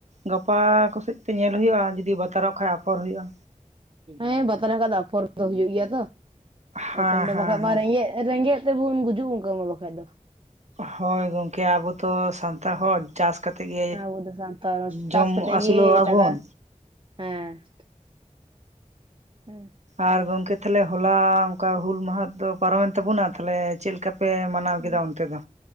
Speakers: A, on the right; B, on the right.
A: ᱜᱟᱯᱟ ᱠᱚᱥᱮᱫᱛᱮ ᱧᱮᱞ ᱦᱩᱭᱩᱜᱼᱟ ᱡᱚᱫᱤ ᱵᱟᱛᱟᱨᱚᱜ ᱠᱷᱟᱱ ᱟᱯᱷᱚᱨ ᱦᱩᱭᱩᱜᱼᱟ
B: ᱦᱮᱸ ᱵᱟᱛᱟᱨᱚᱜ ᱠᱷᱟᱡ ᱟᱯᱷᱚᱨ ᱫᱚ ᱦᱩᱭᱩᱜ ᱜᱮᱭᱟ
A: ᱦᱮᱸ
B: ᱮᱠᱷᱚᱱ ᱫᱚ
A: ᱦᱮᱸ
B: ᱵᱟᱠᱷᱟᱡ
A: ᱦᱮᱸ
B: ᱢᱟ ᱨᱮᱸᱜᱮᱡ ᱨᱮᱸᱜᱮᱡ ᱛᱮᱵᱚᱱ ᱜᱩᱡᱩᱜ ᱚᱱᱠᱟᱹ ᱢᱟ ᱵᱟᱠᱷᱟᱡ ᱫᱚ
A: ᱦᱳᱭ ᱜᱚᱝᱠᱮ ᱟᱵᱚ ᱛᱚ ᱥᱟᱱᱛᱟᱲ ᱦᱚᱲ ᱪᱟᱥ ᱠᱟᱛᱮᱜ ᱜᱮ
B: ᱦᱮᱸ ᱟᱵᱚ ᱫᱚ ᱥᱟᱱᱛᱟᱲ ᱪᱟᱥ
A: ᱡᱚᱢ
B: ᱠᱟᱛᱮᱜ
A: ᱟᱹᱥᱩᱞᱚᱜ
B: ᱜᱮ
A: ᱟᱵᱚᱱ
B: ᱫᱟᱠᱟ ᱦᱮᱸ ᱦᱮᱸ
A: ᱟᱨ ᱜᱚᱝᱠᱮ ᱛᱟᱦᱞᱮ ᱦᱚᱞᱟ ᱚᱱᱠᱟ ᱦᱩᱞ ᱢᱟᱦᱟ ᱫᱚ ᱯᱟᱨᱚᱢᱮᱱ ᱛᱟᱵᱚᱱᱟ ᱛᱟᱦᱞᱮ ᱪᱮᱫ ᱞᱮᱠᱟ ᱯᱮ ᱢᱟᱱᱟᱣ
B: ᱦ
A: ᱠᱮᱫᱟ ᱚᱱᱛᱮ ᱫᱚ?